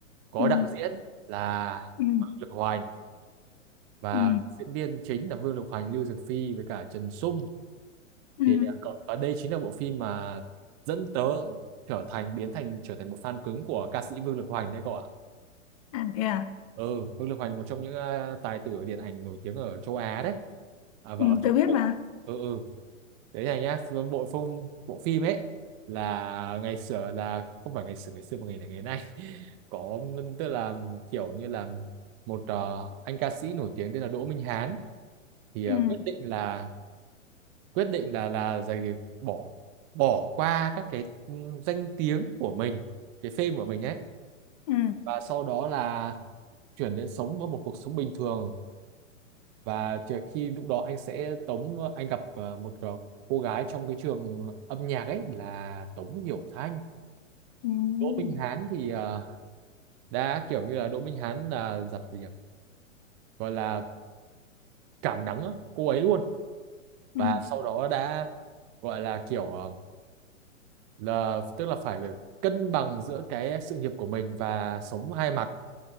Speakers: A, on the right; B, on the left.
A: có
B: ừ
A: đạo diễn là
B: ừ
A: Vương Lực Hoành và
B: ừ
A: diễn viên chính là Vương Lực Hoành, Lưu Dược Phi với cả Trần Sung
B: ừ
A: thì à, cậu- và đây chính là bộ phim mà dẫn tớ trở thành biến thành trở thành một fan cứng của ca sĩ Vương Lực Hoành đấy cậu ạ
B: à thế à
A: ừ Vương Lực Hoành một trong những ờ, tài tử điện ảnh nổi tiếng ở châu Á đấy à, và
B: ừ,
A: ở Trung
B: tôi biết
A: Quốc
B: mà
A: ừ ừ đấy này nhá bộ phim bộ phim ấy là ngày xưa là không phải ngày xưa ngày xưa mà ngày này ngày nay <laughs> có tức là kiểu như là một ờ, anh ca sĩ nổi tiếng tên là Đỗ Minh Hán thì ờ,
B: ừ
A: quyết định là quyết định là là giày bỏ bỏ qua các cái ừ, danh tiếng của mình cái fame của mình ấy
B: ừ
A: và sau đó là chuyển đến sống với một cuộc sống bình thường và chỉ- khi lúc đó anh sẽ Tống anh gặp ờ, một ờ, cô gái trong cái trường âm nhạc ấy là Tống Hiểu Thanh
B: ừ
A: Đỗ Minh Hán thì ờ, đã kiểu như là Đỗ Minh Hán là giật gì nhỉ gọi là cảm nắng á, cô ấy luôn
B: ừ
A: và sau đó đã gọi là kiểu ờ, là tức là phải cân bằng giữa cái sự nghiệp của mình và sống hai mặt